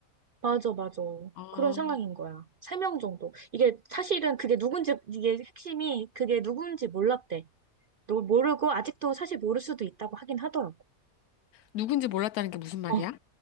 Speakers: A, on the right; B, on the left.
A: 맞아, 맞아.
B: 어,
A: 그런 상황인 거야. 세 명 정도. 이게 사실은 그게 누군지, 이게 핵심이 그게 누군지 몰랐대. 너 모르고 아직도 사실 모를 수도 있다고 하긴 하더라고.
B: 누군지 몰랐다는 게 무슨 말이야?
A: 어.